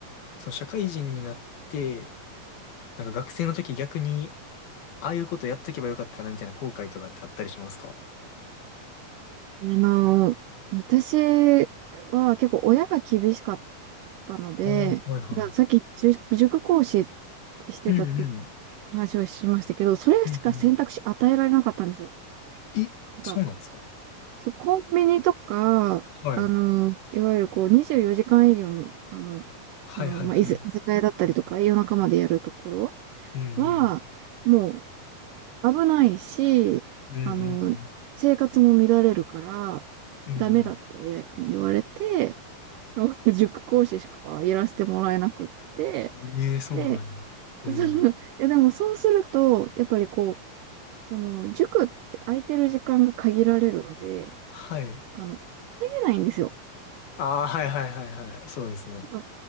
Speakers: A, on the left; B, on the right.
A: その社会人になって、なんか学生の時逆にああいうことやっとけばよかったなみたいな後悔とかってあったりしますか
B: あの、私は結構親が厳しかったので、
A: ああ、はいは
B: だからさっき塾塾講師してたって
A: い。うんうん。
B: 話をしましたけど、それしか選択肢与えられなかったんですよ。
A: うんうんえ、
B: なんか、
A: そうなんですか
B: そう、コンビニとか、
A: はい。
B: あの、いわゆるこう24時間営業の、あの、
A: はいはいはい。
B: あの、まあ、居酒居酒屋だったりとか、夜中までやるところ
A: うんうん。
B: は、もう危ないし、
A: うんうん
B: あの、生活も乱れるから、
A: うん。
B: ダメだって親に言われて、
A: うん
B: <laughs> 塾講師しかやらせてもらえなくって、
A: うんええそうなんや。
B: で、
A: うん。
B: その、いやでもそうすると、やっぱりこう、その、塾って空いてる時間が限られるので、
A: はい。
B: あの、稼げないんですよ。
A: ああ、はいはいはいはい。そうですね。
B: うん